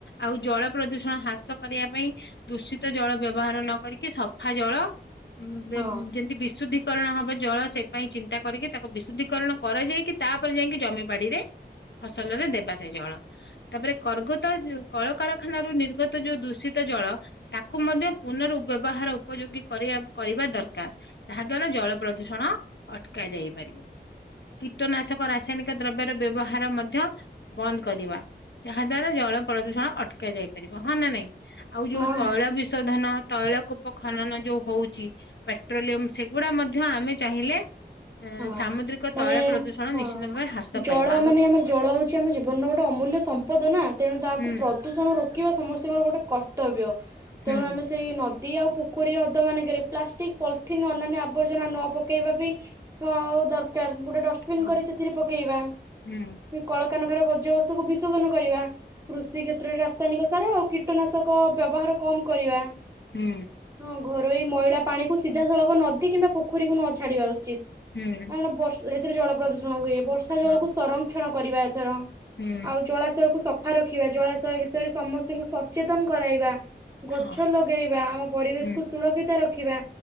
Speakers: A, on the left; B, on the right.
A: ଆଉ ଜଳ ପ୍ରଦୂଷଣ ହ୍ରାସ କରିବା ପାଇଁ ଦୂଷିତ ଜଳ ବ୍ୟବହାର ନ କରିକି ସଫା ଜଳ ଉଁ ବେ
B: ହଁ।
A: ଯେ ଯେମିତି ବିଶୁଦ୍ଧିକରଣ ହବ ଜଳ ସେ ପାଇଁ ଚିନ୍ତା କରିକି ତାକୁ ବିଶୁଦ୍ଧିକରଣ କରାଯାଇକି ତାପରେ ଯାଇକି ଜମି ବାଡିରେ ଫସଲରେ ଦେବା ଯାଏ ଜଳ। ତାପରେ କର୍ଗତ କଳକାରଖାନାରୁ ନିର୍ଗତ ଯୋଉ ଦୂଷିତ ଜଳ ତାକୁ ମଧ୍ୟ ପୁନରୁ ବ୍ୟବହାର ଉପଯୋଗୀ କରିଆ କରିବା ଦରକାର। ଯାହା ଦ୍ଵାରା ଜଳ ପ୍ରଦୂଷଣ ଅଟକା ଯାଇପାରିବ। କୀଟନାଶକ ରାସାୟନିକ ଦ୍ରବ୍ୟର ବ୍ୟବହାର ମଧ୍ୟ ବନ୍ଦ କରିବା ଯାହା ଦ୍ଵାରା ଜଳ ପ୍ରଦୂଷଣ ଅଟକା ଯାଇ ପାରିବ, ହଁ ନା ନାଇଁ? ଆଉ
B: ହଁ
A: ଯୋଉ ତୈଳ ବିଶୋଧନ ତୈଳ କୂପ ଖନନ ଯେଉଁ ହଉଛି ପେଟ୍ରୋଲିୟମ ସେଗୁଡ଼ା ମଧ୍ୟ ଆମେ ଚାହିଁଲେ ଏଁ
B: ହଁ
A: ସାମୁଦ୍ରିକ
B: ମାନେ
A: ତୈଳ ପ୍ରଦୂଷଣ
B: ହଁ।
A: ନିଶ୍ଚିତ ଭାବେ ହ୍ରାସ
B: ଜଳ
A: ପାଇବ ଆମେ
B: ମାନେ ଆମର ଜଳ ହଉଛି ଆମ ଜୀବନର ଗୋଟେ ଅମୂଲ୍ୟ ସମ୍ପଦ ନା ତେଣୁ ତାହାକୁ
A: ହୁଁ
B: ପ୍ରଦୂଷଣ ରୋକିବା ସମସ୍ତଙ୍କର ଗୋଟେ କର୍ତ୍ତବ୍ୟ। ତେଣୁ
A: ହୁଁ
B: ଆମେ ସେଇ ନଦୀ ଆଉ ପୋଖରୀ ହ୍ରଦ ମାନଙ୍କରେ ପ୍ଲାଷ୍ଟିକ ପଲିଥିନ୍ ଅନ୍ୟାନ୍ୟ ଆବର୍ଜନା ନ ପକେଇବା ବି ଅ ଦରକାର, ଗୋଟେ ଡଷ୍ଟବିନ
A: ହଁ
B: କରି ସେଥିରେ ପକେଇବା।
A: ହୁଁ
B: କଳକାରଖାନା ବର୍ଜ୍ୟାବସ୍ତୁକୁ ବିଶୋଧନ କରିବା। କୃଷି କ୍ଷେତ୍ରରେ ରାସାୟନିକ ସାର ଆଉ କୀଟନାଶକ ବ୍ୟବହାର କମ କରିବା।
A: ହୁଁ।
B: ହଁ ଘରୋଇ ମଇଳା ପାଣିକୁ ସିଧାସଳଖ ନଦୀ କିମ୍ବା ପୋଖରୀକୁ ନ ଛାଡିବା ଉଚିତ।
A: ହୁଁ।
B: କାରଣ ବଷ ହେଥିରେ ଜଳ ପ୍ରଦୂଷଣ ହୁଏ, ବର୍ଷା ଜଳକୁ
A: ହଁ
B: ସଂରକ୍ଷଣ କରିବା ଏଥର।
A: ହୁଁ
B: ଆଉ ଜଳାଶୟକୁ ସଫା ରଖିବା, ଜଳାଶୟ ବିଷୟରେ ସମସ୍ତଙ୍କୁ ସଚେତନ କରାଇବା। ଗଛ
A: ହଁ
B: ଲଗେଇବା ଆମ ପରିବେଶକୁୁ
A: ହୁଁ
B: ସୁରକ୍ଷିତ ରଖିବା।